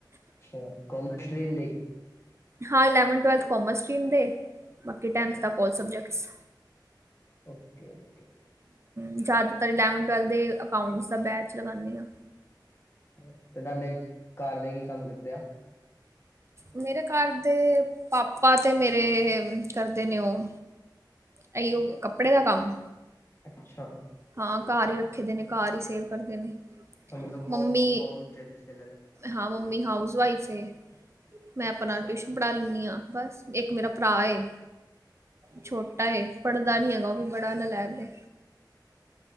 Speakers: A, on the left; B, on the right.
A: ਅੱਛਾ ਕੋਮਰਸ ਸਟ੍ਰਿਮ ਲਈ।
B: ਹਾਂ ਇਲੈਵਨਥ ਟਵੈਲਥ ਕੋਮਰਸ ਸਟਰੀਮ ਦੇ ਬਾਕੀ ਟੈਂਥ ਤੱਕ ਕੋਲ ਸਬਜੈਕਟਸ।
A: ਓਕੇ। ਓਕੇ
B: ਜ਼ਿਆਦਾਤਰ ਇਲੈਵਨ-ਟਵੈਲਥ ਦੇ ਅਕਾਊਂਟਸ ਦਾ ਬੈਚ ਲਗਾਉਂਦੇ ਹਾਂ।
A: ਤੇ ਤੁਹਾਡੇ ਘਰ ਦੇ ਕੀ ਕੰਮ ਕਰਦੇ ਆ?
B: ਮੇਰੇ ਘਰ ਦੇ, ਪਾਪਾ ਤੇ, ਮੇਰੇ ਕਰਦੇ ਨੇ ਉਹ ਅਹੀਓ, ਕੱਪੜੇ ਦਾ ਕੰਮ।
A: ਅੱਛਾ।
B: ਹਾਂ ਘਰ ਹੀ ਰੱਖੀ ਦੇ ਨੇ, ਘਰ ਹੀ ਸੇਲ ਕਰਦੇ ਨੇ।
A: ਮਤਲਬ
B: ਮੰਮੀ
A: ਹੋਮ <unintelligible> ਹੋਲਸੇ <unintelligible>
B: ਹਾਂ, ਮੰਮੀ ਹਾਊਸ ਵਾਈਫ ਸੀ, ਮੈਂ ਆਪਣਾ
A: ਅੱਛਾ
B: ਟਿਊਸ਼ਨ ਪੜ੍ਹਾ ਲੈਣੀ ਆ। ਬਸ ਇੱਕ ਮੇਰਾ ਭਰਾ ਏ, ਛੋਟਾ ਏ, ਪੜ੍ਹਦਾ ਨੀ ਹੈਗਾ ਉਹ ਵੀ। ਬੜਾ ਨਲੈਕ ਏ।